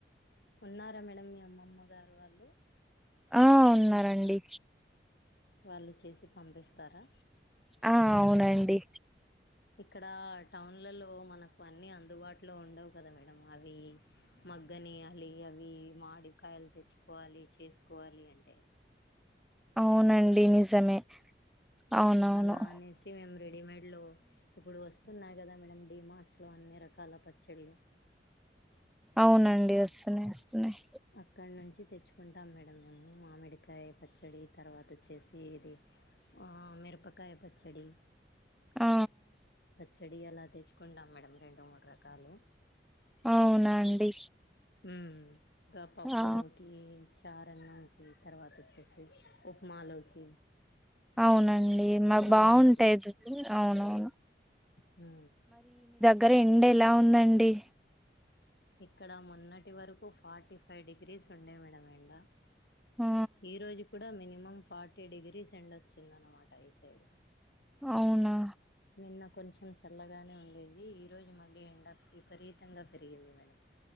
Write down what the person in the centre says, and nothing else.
ఆ ఉన్నారండి
ఆ అవునండి
అవునండి నిజమే అవునవును
అవునండి వస్తున్నాయ్ వస్తున్నాయ్
ఊ
అవునా అండి
ఆ
అవునండి మా
బాగుంటాయి అవునవును
దక్కర ఎండ ఎలా ఉందండి
ఆ
అవునా